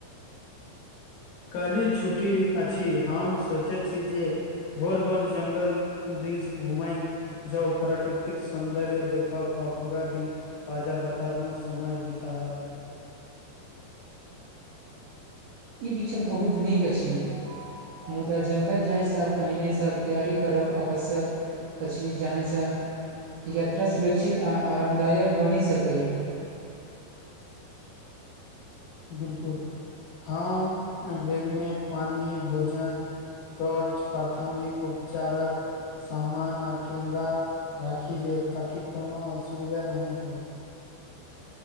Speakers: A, on the left (about 75°); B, on the right (about 75°).
A: काल्हि छुट्टी अछि हम सोचैत छी जे भोर भोर जंगल दिश घूमे जउ प्राकृतिक सौंन्दर्य देखब आ पूरा दिन ताजा बतर मे समय बीतायब
B: ई विचार बहुत नीक अछि मुदा जङ्गल जायसँ पहिने सभ तैयारी करब आवश्यक अछि जाहिसँ यात्रा सुरक्षित आ आरामदायक बनि सकै
A: बिलकुल हम बैगमे पानी भोजन टॉर्च प्राथमिक उपचारक समान आ कैमरा राखि लेब ताकि कोनो असुविधा नहि होय